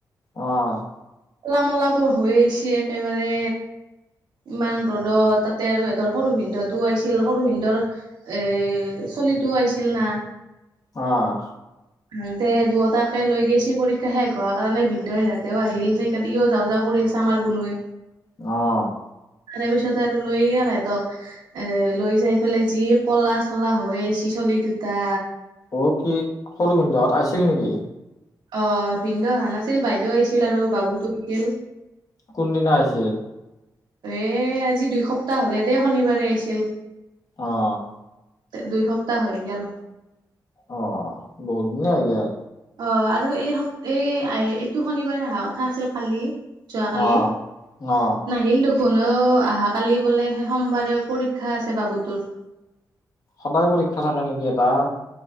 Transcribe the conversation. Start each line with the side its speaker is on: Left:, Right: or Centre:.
Left: অ'।
Right: কলা-মলা পৰ-হৈ আহিছে একেবাৰে। ইমান ৰ'দত। তাতে আৰু সেহেতৰ সৰু ভিনদউটো আহছিল, সৰু ভিনদউৰ এ চলিটোও আহিছিল না।
Left: অ'।
Right: হেতে দুয়টাকে লৈ গৈছি পৰীক্ষা শেষ হোৱাৰ কাৰণে। ভিনদেউ সিহঁতেও আহিল সেইকাৰণে ইয় যাওঁ যাওঁ কৰি কৰি আছে আমাৰ গুনোৱে।
Left: অ'।
Right: তাৰেপিছতে আৰু লৈ গেল সেহেতক। এ লৈ যাই পেলাই যি কলা-চলা হৈ আহিছেি চলিটো তা
Left: অ', কি সৰু ভিনদউহত আহিছিল নেকি?
Right: অ', ভিনদউ অহা নাছিল, বাইদেউ আহিছিল আৰু বাবুতো আহছিল।
Left: কোনদিনা আহিছিল?
Right: এ আজি দুই সপ্তাহ হ'লে দেই, শনিবাৰে আহিছিল।
Left: অ'।
Right: দুই সপ্তাহ হৈ গেল।
Left: অ বহুত দিনে হৈ গেল।
Right: অ', আৰু এই সপ-এই-এই এইটো শনিবাৰে অহা কথা আছিল কালি যোৱাকালি,
Left: অ অ
Right: নাহিল দেখ শুনো অহা কালি বোলে সেই সোমবাৰে পৰীক্ষা আছে বাবু তোৰ।
Left: সদায় পৰীক্ষা থাকে নেকি এ তাৰ?